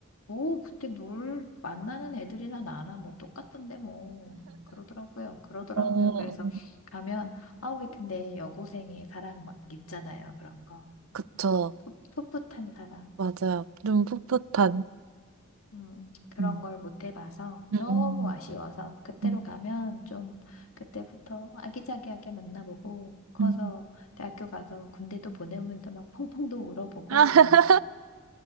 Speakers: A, on the left; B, on the right.
A: 뭐 그때 놀 만나는 애들이나 나나 뭐 똑같던데 뭐 그러더라고요. 그러더라고요.
B: 어,
A: 그래서 가면 아 왜 근데 여고생의 사랑 막 있잖아요. 그런 거.
B: 그쵸.
A: 풋- 풋풋한 사랑.
B: 맞아요. 좀 풋풋한.
A: 음, 그런
B: 음.
A: 걸 못 해봐서
B: 음,
A: 너무 아쉬워서 그때로
B: 음,
A: 가면 좀 그때부터 아기자기하게 만나보고 커서
B: 음.
A: 대학교 가서 군대도 보내면서 막 펑펑도 울어보고
B: 아, <laughs>
A: 막